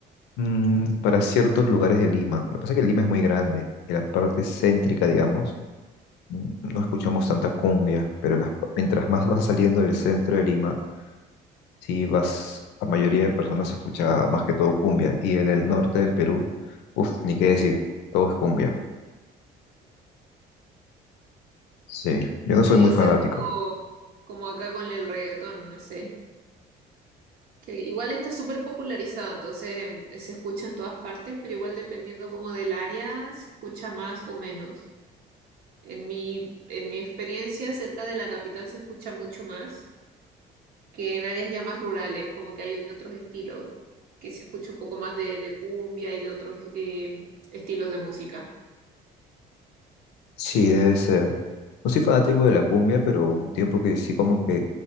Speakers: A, on the left; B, on the right.
A: Mm, para ciertos lugares de Lima. Lo que pasa es que Lima es muy grande y la parte céntrica, digamos, mm, no escuchamos
B: Ujú.
A: tanta cumbia, pero las- mientras más vas saliendo del centro de Lima, sí vas, la mayoría de personas escucha más que todo cumbia. Y en el norte del Perú, uff, ni qué decir, todo es cumbia. Sí, yo
B: Debe
A: no soy muy fanático.
B: ser como, como acá con el reggaetón, no sé. Que igual está súper popularizado, entonces em, se escucha en todas partes, pero igual dependiendo como del área se escucha más o menos. En mi, en mi experiencia, cerca de la capital se escucha mucho más que en áreas ya más rurales, como que hay otros estilos, que se escucha un poco más de, de cumbia y de otros eh, estilos de música.
A: Sí, debe ser. No soy fanático de la cumbia, pero hubo un tiempo que sí como que